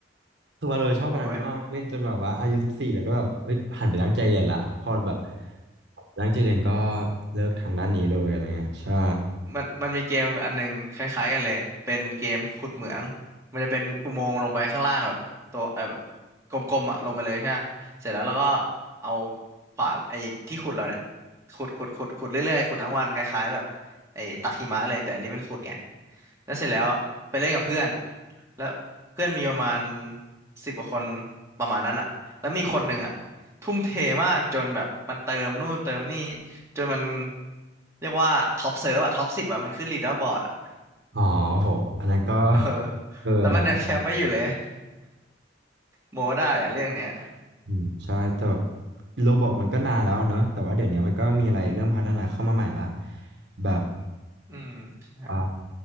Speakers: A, on the right; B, on the right.
A: คือว่าเราชอบวันนั้นมากเล่นจนแบบว่าอายุสิบสี่แล้วก็แบบเฮ้ยหันไปตั้งใจเรียนละพอแบบ
B: โอ้ย
A: ตั้งใจเรียนก็เลิกทางด้านนี้เลยอะไรเงี้ยใช่
B: มันมันมีเกมอันหนึงคล้ายๆกันเลยเป็นเกมขุดเหมืองมันจะเป็นอุโมงค์ลงไปข้างล่างแบบตัวเออแบบกลมๆอ่ะลงไปเลยใช่ไหมเสร็จแล้วเราก็เอาขวานไอ้ที่ขุดเราเนี่ยขุดขุดขุดขุดเรื่อยๆขุดทั้งวันคล้ายๆแบบไอ้ตักหิมะเลยแต่อันนี้เป็นขุดไง แล้วเสร็จแล้วไปเล่นกับเพื่อนแล้วเพื่อนมีประมาณสิบกว่าคนประมาณนั้นอะแล้วมีคนหนึ่งอะทุ่มเทมากจนแบบมันเติมนู่นเติมนี่จนมันเรียกว่าท็อปเซิร์ฟอะท็อปสิบอะมันขึ้นลีดเดอร์บอร์ดอะ
A: อ๋อโหอันนั้นก็ <laughs>
B: เออ
A: เกินนะ
B: แล้วมันยังแคปไปอยู่เลย <laughs> โมได้อะเรื่องเนี้ย
A: อืมใช่แต่แบบโรบอกมันก็นานแล้วเนอะแต่ว่าเดี๋ยวนี้มันก็มีอะไรเริ่มพัฒนาเข้ามาใหม่ละแบบ
B: อืมใช่
A: อ่า